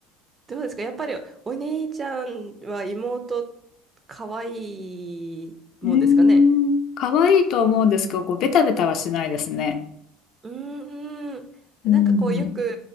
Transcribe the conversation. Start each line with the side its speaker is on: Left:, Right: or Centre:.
Right: どうですかやっぱりお兄ちゃんは妹可愛いもんですかね
Left: うーん、可愛いと思うんですけど、こう、ベタベタはしないですね。
Right: うーん。
Left: うん。
Right: なんかこうよく